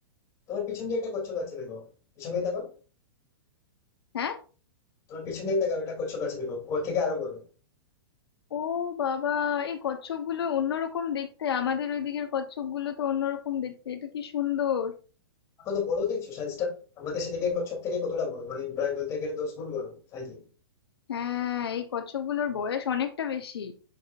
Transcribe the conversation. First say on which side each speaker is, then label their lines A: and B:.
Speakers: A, on the left; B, on the left.
A: তোমার পিছন দিয়ে একটা কচ্ছপ আছে দেখো পিছন দিকে দেখো
B: হ্যাঁ
A: তোমার পিছন দিকে দেখো একটা কচ্ছপ আছে দেখো ওর থেকে আরো বড়
B: ও বাবা এই কচ্ছপ গুলো অন্যরকম দেখতে আমাদের ওইদিকের কচ্ছপ গুলো তো অন্যরকম দেখতে এটা কি সুন্দর
A: কত বড় দেখছো সাইজটা আমাদের সেদিকে কচ্ছপ থেকে কতটা বড় মানে প্রায় বলতে গেলে দশ গুণ বড় সাইজে
B: হ্যাঁ এই কচ্ছপ গুলোর বয়স অনেকটা বেশি